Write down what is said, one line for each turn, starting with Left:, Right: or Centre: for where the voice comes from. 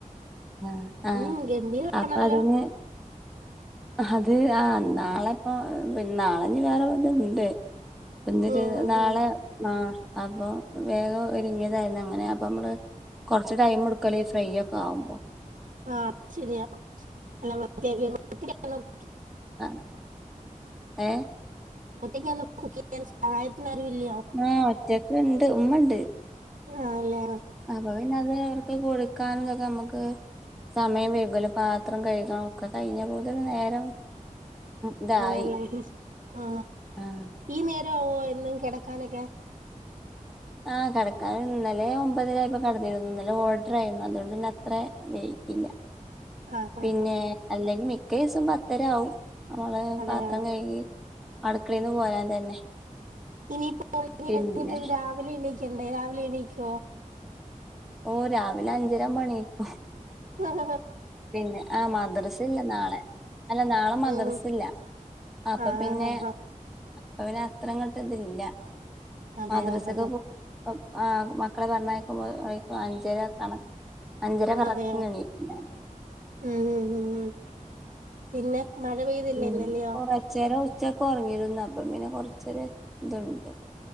Centre: ആഹ് ആഹ്
Right: ഉം ഗംഭീരാണല്ലോ.
Centre: അപ്പൊ അതിന് അത് ആഹ് നാളെപ്പൊ പി നാളെഞ്ഞി വേറെ വടെണ്ട്. പിന്നൊരു
Right: ഉം
Centre: നാളെ
Right: ഉം
Centre: ആഹ് അപ്പൊ വേഗം ഒരുങ്ങിയതായിരുന്നു അങ്ങനെ അപ്പൊ നമ്മള് കുറച്ച് ടൈം എടുക്കല്ലോ ഈ ഫ്രൈ ഒക്കെ ആവുമ്പോ
Right: ആഹ ശരിയാ എല്ലാ വൃത്തിയാക്കി <unintelligible>
Centre: ആ ഏ
Right: ഒറ്റക്കാണോ കുക്കിയാറ് സഹായത്തിന് ആരും ഇല്ലയോ
Centre: ആ ഒറ്റക്ക ഉണ്ട് ഉമ്മണ്ട്
Right: ആ ല്ലേ
Centre: <inaudible> പിന്നെ അത് അവർക്ക് കൊടുക്കാനതൊക്കെ നമുക്ക് സമയം വൈകൂല്ലോ പാത്രം കഴുകണം ഒക്കെ കഴിഞ്ഞ <unintelligible> നേരം ഇതായി
Right: അതെല്ല ആ
Centre: ആഹ്
Right: ഈ നേ രാവോ എന്നും കിടക്കാനൊക്കെ
Centre: ആഹ കിടക്കാൻ ഇന്നലെ ഒമ്പതിനരായിപ്പ കടന്നിരുന്നു ഇന്നലെ ഓർഡർ ആയിരുന്നു അതുകൊണ്ട് തന്നെ അത്ര വൈകില്ലാ
Right: ആ ആ
Centre: പിന്നെ
Right: ആ
Centre: അല്ലെങ്കിൽ മിക്ക ദിവസം പത്തര ആവും നമ്മള്
Right: അതെയോ
Centre: പാത്രം കഴുകി അടുക്കളയിന്ന് പോരാൻ തന്നെ
Right: ഇനിയിപ്പോ ഉറങ്ങ
Centre: പിന്നെ
Right: കഴിഞ്ഞിട്ടൊന്ന് രാവിലെ എണീക്കണ്ടേ രാവിലെ എണീക്കുവോ
Centre: ഓ രാവിലെ അഞ്ചരാവുമ്പോ എണീക്കും
Right: ആ ഹ ഹാ
Centre: പിന്നെ ആഹ മദ്രസ ഇല്ല നാളെ അല്ല നാളെ മദ്രസല്ല
Right: ഉം
Centre: അപ്പൊ
Right: ആഹ്
Centre: പിന്നെ
Right: ആഹ് ആഹ്
Centre: ഇപ്പൊ പിന്നെ അത്ര അങ്ങോട്ട് ഇതില്ല
Right: അതെ
Centre: മദ്രസക്കെ
Right: ആഹ് ആഹ്
Centre: ആ മക്കളെ പറഞ്ഞയക്കുമ്പോ അഞ്ചര കണക്ക അഞ്ചര കറകറ്റ്ന്ന്
Right: അതെയോ
Centre: എണീക്കും
Right: ഉം ഉം ഉം ഉം പിന്നെ മഴ പെയ്തില്ലേ
Centre: ഉം
Right: ഇന്നലെയോ
Centre: കൊറച്ചേരം ഉച്ചക്ക് ഉറങ്ങിരുന്നു അപ്പ പിന്നെ കൊറച്ച് ഇച്ചെരെ ഇതുണ്ട്